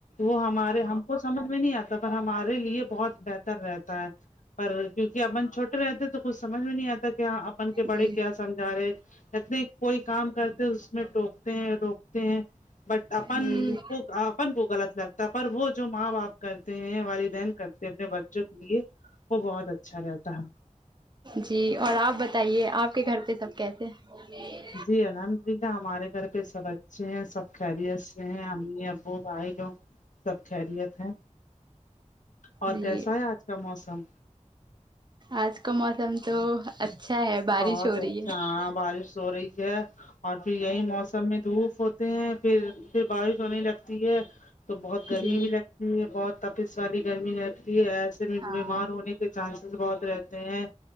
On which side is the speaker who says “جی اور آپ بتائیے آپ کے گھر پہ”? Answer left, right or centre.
Right